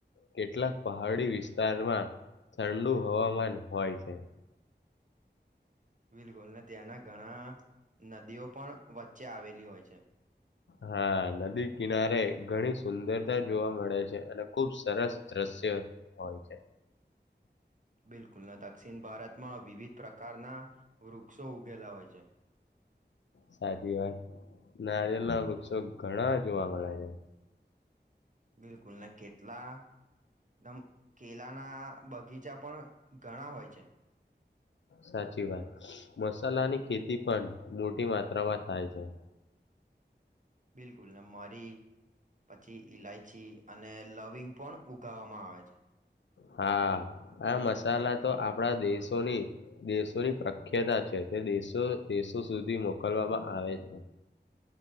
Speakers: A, on the left (about 85°); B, on the right (about 45°).
A: કેટલાક પહાડી વિસ્તારમાં ઠંડુ હવામાન હોય છે.
B: બિલકુલ ને ત્યાંના ઘણા નદીઓ પણ વચ્ચે આવેલી હોય છે.
A: હા નદી કિનારે ઘણી સુંદરતા જોવા મળે છે અને ખુબ સરસ દ્રશ્ય હોય છે.
B: બિલકુલ ના દક્ષિણ ભારતમાં વિવિધ પ્રકારના વૃક્ષો ઉગેલા હોય છે.
A: સાચી વાત નારિયલ ના વૃક્ષો ઘણા જોવા મળે છે.
B: બિલકુલ ને કેટલા નમ કેલાના બગીચા પણ ઘણા હોય છે.
A: સાચી વાત મસાલાની ખેતી પણ મોટી માત્રામાં થાય છે.
B: બિલકુલના મરી પછી ઈલાયચી અને લવિંગ પણ ઉગાવામાં આવે છે.
A: હા, આ મસાલા તો આપણા દેશોની, દેશોની પ્રખ્યાતા છે. તે દેશો દેશો સુધી મોકલવામાં આવે છે.